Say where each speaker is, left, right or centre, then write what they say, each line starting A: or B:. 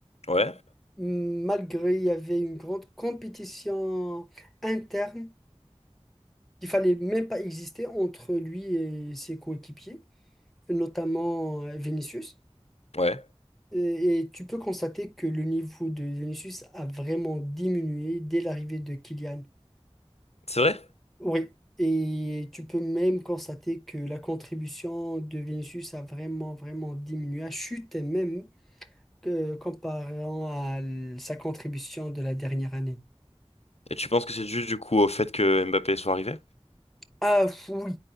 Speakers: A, on the left (about 75°); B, in the centre.
A: Ouais,
B: malgré il y avait une grande compétition interne qu'il fallait même pas exister entre lui et ses coéquipiers, notamment euh, Vinicius.
A: ouais,
B: Et, et tu peux constater que le niveau de Vinicius a vraiment diminué dès l'arrivée de Kylian.
A: c'est vrai?
B: Oui. Et tu peux même constater que la contribution de Vinicius a vraiment, vraiment diminué, a chuté même euh, comparant à l- sa contribution de la dernière année.
A: Et tu penses que c'est dû du coup au fait que Mbappé soit arrivé?
B: Ah f- oui,